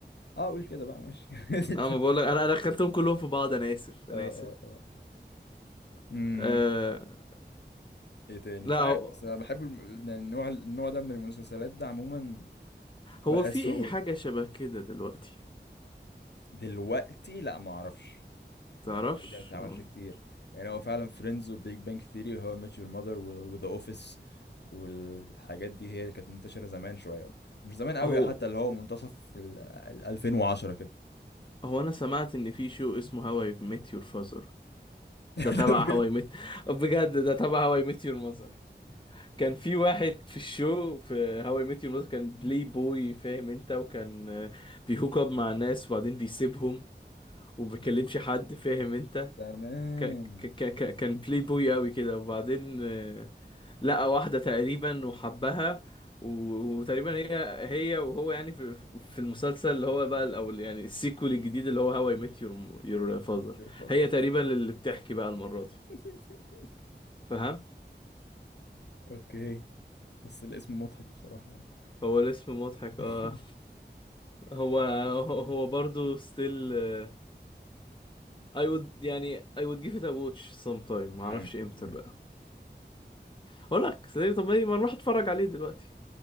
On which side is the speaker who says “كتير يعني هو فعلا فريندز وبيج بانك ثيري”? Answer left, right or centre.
Left